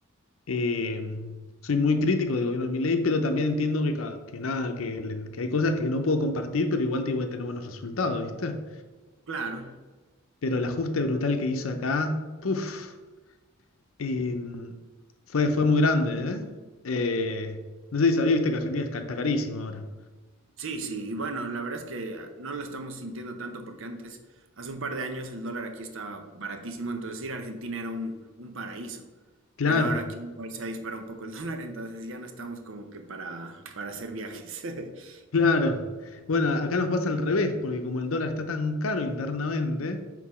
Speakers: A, on the left; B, on the right.
A: Eh, soy muy crítico del gobierno de Milei, pero también entiendo que, ca- que nada, que, le- que hay cosas que no puedo compartir, pero igual te voy a tener buenos resultados, ¿viste?
B: Claro.
A: Pero el ajuste brutal que hizo acá, puff. Y mm, fue, fue muy grande, ¿eh? Eh, No sé si sabía, viste que Argentina es ca- está carísimo ahora.
B: Sí, sí, y bueno, la verdad es que ah, no lo estamos sintiendo tanto porque antes, hace un par de años, el dólar aquí estaba baratísimo, entonces ir a Argentina era un, un paraíso.
A: Claro,
B: Pero ahora aquí igual se dispara un poco el <laughs> dólar, entonces ya no estamos como que para, para hacer viajes. <laughs>
A: claro. Bueno, acá nos pasa al revés, porque como el dólar está tan caro internamente,